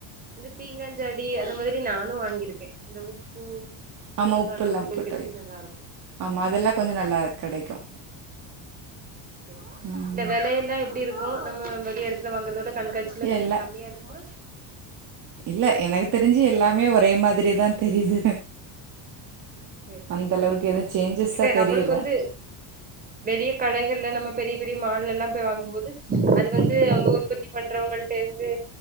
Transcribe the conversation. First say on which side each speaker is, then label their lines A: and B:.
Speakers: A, on the right; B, on the right.
A: இந்த பீங்காஞ்சாடி அந்த மாதிரி நானும் வாங்கியிருக்கேன் இந்த உப்பு
B: ஆமா
A: ஊறுகால்லா
B: உப்பு எல்லாம் போட்டு
A: வைக்கிறதுக்கு நல்லா இருக்கு
B: ஆமா அதெல்லாம் கொஞ்சம் நல்லா கிடைக்கும்
A: இல்ல
B: ம்
A: விலைய எல்லாம் எப்படி இருக்கும் நம்ம வெளி இடத்துல வாங்கறத விட கண்காட்சியில் கொஞ்சம்
B: எல்லா
A: கம்மியாக இருக்குமா
B: இல்ல எனக்கு தெரிஞ்சு எல்லாமே ஒரே மாதிரிதா தெரியுது
A: சரி
B: அந்த
A: சரி
B: அளவுக்கு எதுவு சேஞ்சஸா
A: இல்ல
B: தெரியல
A: அவளுக்கு வந்து வெளிய கடைகள்ல நம்ம பெரிய பெரிய மால் எல்லாம் போய் வாங்கும்போது அது வந்து அங்க உற்பத்தி பண்றவங்களிட்ட இருந்து